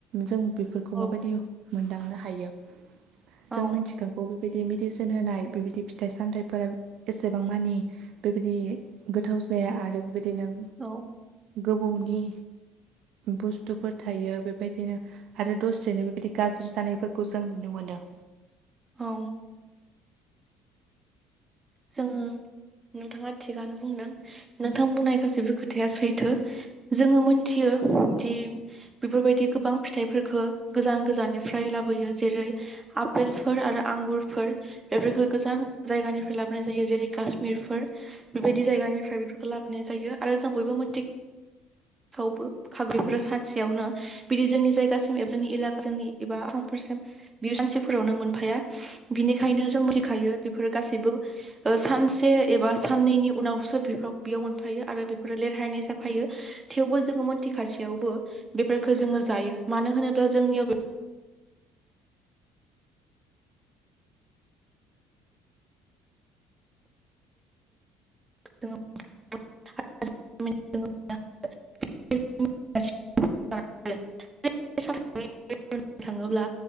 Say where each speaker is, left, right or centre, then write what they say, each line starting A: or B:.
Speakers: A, on the right (about 65°); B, on the right (about 20°).
A: जों बेफोरखौ
B: औ
A: माबायदि मोनदांनो हायो जों
B: औ
A: मिथिखागौ बेबायदि मेडिसिन होनाय बेबायदि फिथाइ सामथाइफोरा एसेबां मानि बेबायदि गोथाव जाया आरो बेबायदिनो
B: औ
A: गोबौनि बुस्थुफोर थायो बेबायदिनो आरो दसेनो बेबायदि गाज्रि जानायफोरखौ जों नुनो मोनो।
B: औ जों नोंथाङा थिगानो बुंदों नोंथां बुंनाय गासैबो खोथाया सैथो जोङो मोनथियो दि बेफोरबायदि गोबां फिथाइफोरफोरखो गोजान गोजाननिफ्राय लाबोयो जेरै आफेलफोर आरो आंगुरफोर बेफोरखौ गोजान जायगानिफ्राय लाबो नाय जायो जेरै काश्मिरफोर बेबायदि जायगानिफ्राय बेफोरखौ लाबोनाय जायो आरो जों बयबो मिथि खौबो खाग्रिफोर सानसेयावनो बिदि जोंनि जायगासिम एबा जोंनि एलका जोंनि एबा आसामफोरसिम बियो मानसिफोरावनो मोनफाया बिनिखायनो जों मिथिखायो बेफोर गासैबो ओ सानसे एबा साननैनि उनावसो बेफोराव बेयाव मोनफायो आरो बेफोरो लेरहायनाय जाफायो। थेवबो जोङो मोनथिखासेयावबो बेफोरखौ जोङो जायो मानो होनोब्ला जोंनियाव <unintelligible> <inaudible> <unintelligible> थाङोब्ला